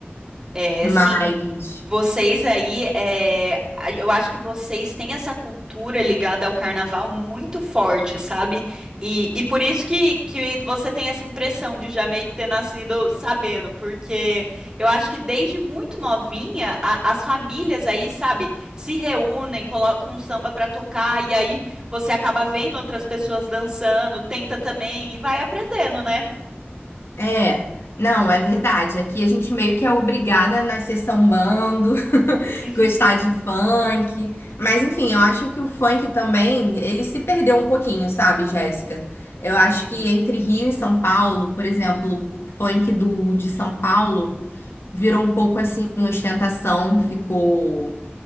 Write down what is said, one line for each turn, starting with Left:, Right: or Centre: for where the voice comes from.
Right: É,
Left: mas.
Right: sim. Vocês aí, é, a- eu acho que vocês têm essa cultura ligada ao carnaval muito forte, sabe? E, e por isso que, que você tem essa impressão de já meio que ter nascido sabendo, porque eu acho que desde muito novinha, a- as famílias aí, sabe, se reúnem, colocam um samba pra tocar, e aí você acaba vendo outras pessoas dançando, tenta também e vai aprendendo, né?
Left: É, não, é verdade. Aqui a gente meio que é obrigada a nascer sambando, <laughs>
Right: <laughs>
Left: gostar de funk. Mas enfim, eu acho que o funk também, ele se perdeu um pouquinho, sabe, Jéssica? Eu acho
Right: Hum.
Left: que entre Rio e São Paulo, por exemplo, o funk do de São Paulo virou um pouco assim ostentação, ficou